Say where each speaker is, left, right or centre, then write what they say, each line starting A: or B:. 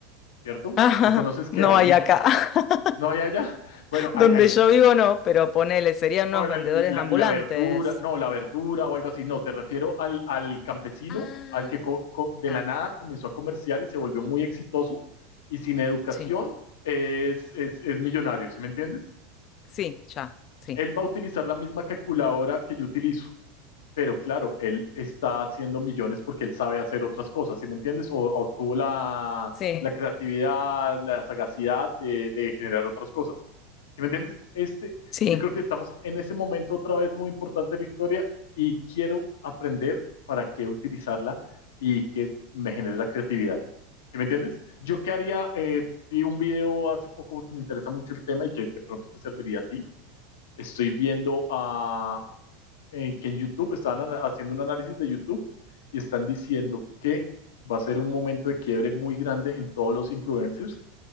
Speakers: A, on the left; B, on the left.
A: ¿cierto?
B: <laughs> Ajá,
A: Tú conoces que
B: no
A: hay,
B: hay
A: mill-
B: acá. <laughs>
A: No hay allá. Bueno, hay,
B: Donde
A: hay
B: yo vivo no, pero ponele, serían
A: o
B: unos
A: el-
B: vendedores
A: la,
B: ambulantes.
A: la verdura, no, la verdura o algo así. No, te refiero al, al campesino,
B: Ah,
A: al que co- co- de
B: Ah,
A: la nada comenzó a comerciar y se volvió muy exitoso y sin educación
B: sí.
A: es, es, es millonario, ¿sí me entiendes?
B: sí, ya, sí.
A: Él va a utilizar la misma calculadora que yo utilizo. pero claro, él está haciendo millones porque él sabe hacer otras cosas, ¿sí me entiendes? O, o tuvo la,
B: Sí,
A: la, creatividad, la sagacidad de, de, generar otras cosas. ¿Sí me entiendes? Este,
B: sí,
A: yo creo que estamos en ese momento otra vez muy importante de la historia y quiero aprender para qué utilizarla y que me genere la creatividad. ¿Sí me entiendes? Yo qué haría, eh, vi un video hace poco porque me interesa mucho el tema y que de pronto te serviría a ti. Estoy viendo a, eh, que en YouTube están haciendo un análisis de YouTube y están diciendo que va a ser un momento de quiebre muy grande en todos los influencers